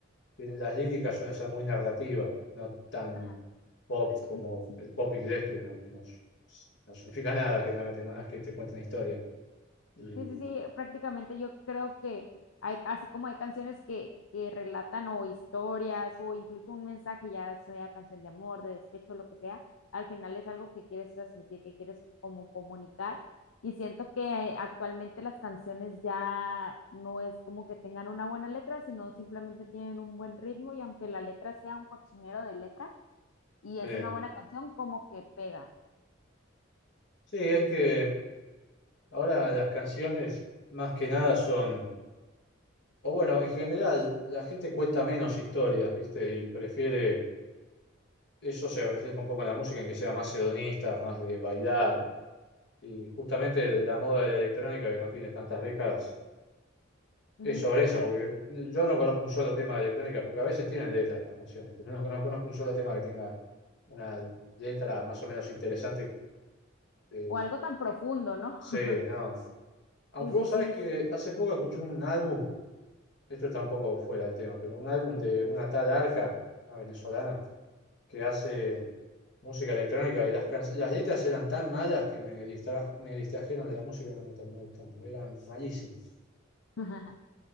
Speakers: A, on the left (about 60°); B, on the left (about 80°).
A: tienen- las líricas suelen ser muy narrativas, no tan
B: Ajá.
A: pop como
B: Sí, sí, sí.
A: el pop inglés que no, no no significa nada, generalmente, no es que te cuenten historia. Y,
B: Sí, sí, sí, prácticamente yo creo que hay, así como hay canciones que, que relatan o historias o incluso un mensaje, ya sea canción de amor, de despecho, lo que sea, al final es algo que quieres transmitir, que quieres como comunicar. Y siento que eh, actualmente las canciones ya no es como que tengan una buena letra, sino simplemente tienen un buen ritmo y aunque la letra sea un cochinero de letra y es
A: eh,
B: una buena canción, como que pega.
A: sí, es que ahora las canciones más que nada son, o bueno, en general la gente cuenta menos historias, viste, y prefiere... Eso se refleja un poco en la música, en que sea más hedonista, más de bailar. Y justamente la moda de la electrónica, que no tiene tantas décadas,
B: Ujú.
A: es sobre eso,
B: Sí,
A: porque yo no conozco un solo tema de electrónica, porque a veces tienen letras las canciones, pero no, no conozco un solo tema que tenga una letra más o menos interesante. eh,
B: o algo tan profundo, ¿no?
A: sí,
B: <laughs>
A: no. Aunque
B: Sí, sí,
A: vos
B: sí.
A: sabés que hace poco escuché un álbum, esto está un poco fuera del tema, pero un álbum de una tal Arca, una venezolana, que hace música electrónica y las, can- las letras eran tan malas que me distra- me distrajeron de la música y no me terminó gustando, eran malísimas.
B: <laughs>